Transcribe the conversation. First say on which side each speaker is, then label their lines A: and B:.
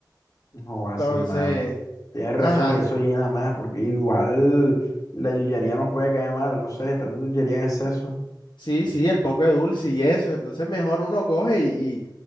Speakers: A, on the left; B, on the left.
A: No, así,
B: Entonces,
A: mano. Tienes razón
B: ajá.
A: y eso llena más porque igual la yuyería nos puede caer mal, no sé, tanta yuyería en exceso.
B: Sí, sí, el poco de dulce y eso. Entonces mejor uno coge y, y,